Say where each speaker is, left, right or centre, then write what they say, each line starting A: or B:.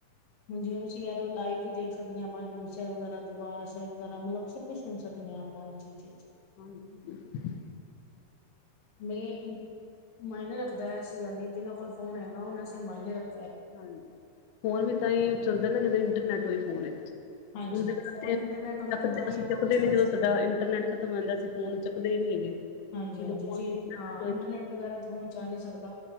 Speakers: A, on the left; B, on the left.
A: ਹੁਣ ਜਿਵੇਂ ਤੁਸੀਂ ਕਹਿ ਰਹੇ ਹੋ ਲਾਈਵ ਵੀ ਦੇਖ ਸਕਦੇ ਆ, ਆਪਾਂ ਹਜ਼ੂਰ ਸਾਹਿਬ ਵਗੈਰਾ, ਦਰਬਾਰ ਸਾਹਿਬ ਵਗੈਰਾ ਮਤਲਬ। ਕੁ ਸੁਣ ਸਕਦੇ ਹਾਂ ਆਪਾਂ ਉਸ ਚੀਜ਼ ਚ।
B: ਹਾਂਜੀ-ਹਾਂਜੀ।
A: ਨਹੀਂ ਮਾਇਨੇ ਰੱਖਦਾ, ਐਸੀ ਗੱਲ ਨਹੀਂ, ਜਿਨਾਂ ਕੋਲ ਫੋਨ ਹੈਗਾ ਉਹਨਾਂ ਮਾਇਨੇ ਰੱਖ।
B: ਹਾਂਜੀ ਫੋਨ ਵੀ ਤਾਂ ਹੀ ਚੱਲਦਾ ਨਾ ਜ ਇੰਟਰਨੈਟ ਹੋਏ ਫੋਨ। ਦੇ
A: ਹਾਂਜੀ
B: ਵਾਸ
A: ਫੋਨ
B: ਚ
A: ਇੰਟਰਨੈਟ ਹੋਏਗਾ ਤਾਂ ਹੀ
B: ਅਸੀਂ
A: ਆਪਾਂ
B: ਚੱਕਦੇ
A: ਕੁਛ
B: ਨੇ
A: ਕਰ
B: ਜਦੋਂ
A: ਸਕਦੇ
B: ਸਾਡਾ
A: ਹਾਂ
B: ਇੰਟਰਨੈਟ। ਖ਼ਤਮ ਹੁੰਦਾ ਸੀ ਅਸੀ ਫੋਨ ਚੁੱਕਦੇ ਹੀ ਨਹੀਂ ਹੈਗੇ।
A: ਹਾਂਜੀ-ਹਾਂਜੀ
B: ਜਦੋਂ ਫੋਨ
A: ਜੀ ਹਾਂ
B: ਹੋਏ,
A: ਇੰਟਰਨੈਟ ਵਗੈਰਾ ਤਾਂ ਫੋਨ ਚੱਲ ਨੀ ਸਕਦਾ।